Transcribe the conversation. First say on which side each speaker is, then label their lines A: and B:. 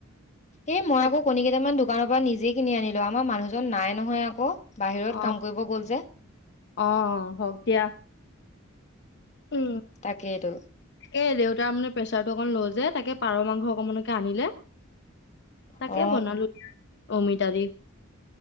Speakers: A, on the left; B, on the left.
A: এই মই
B: তাকে
A: আকৌ কণী কেইটামান দোকান পৰা নিজে কিনি আনিলো আমাৰ মানুহজন নাই নহয় আকৌ বাহিৰত
B: অ',
A: কাম কৰিব গ'ল যে
B: অ', হওক দিয়া। উম
A: তাকেইতো
B: এ দেউতাৰ মানে প্ৰেচাৰটো অকণমান ল' যে তাকে পাৰ মাংস অকমানকে আনিলে তাকে
A: অ
B: বনালো অমিতা দি